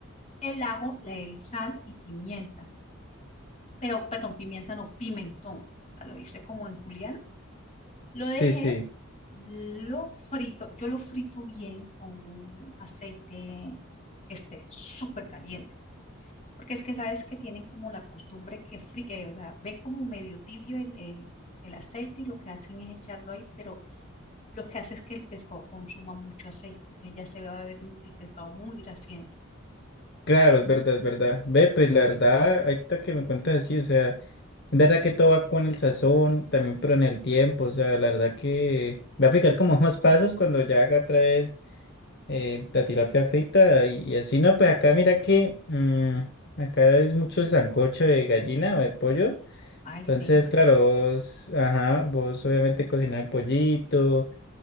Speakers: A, on the left; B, on the left.
A: El ajo, la- el sal y pimienta. Pero, perdón, pimienta no, pimentón. O sea, lo hice como en juliana. Lo dejé,
B: sí, sí.
A: lo frito, yo lo frito bien con un aceite que esté súper caliente Porque es que sabes que tienen como la costumbre que fri- eh, o sea, ven como medio tibio el, el- el aceite y lo que hacen es echarlo ahí, pero lo que hace es que el pescado consuma mucho aceite, entonces ya se va a ver el pescado muy grasiento.
B: Claro, es verdad, es verdad. Ve, pues la verdad, ahorita que me cuentas así, o sea, es verdad que todo va con el sazón, también, pero en el tiempo, o sea, la verdad que voy a aplicar como <laughs> unos pasos cuando ya haga otra vez eh, la tilapia frita y, y así, no, pues acá mira que mm, acá es mucho el sancocho de gallina o de pollo,
A: Ay,
B: entonces,
A: sí, delicioso.
B: claro, vos, ajá, vos obviamente cocinar el pollito,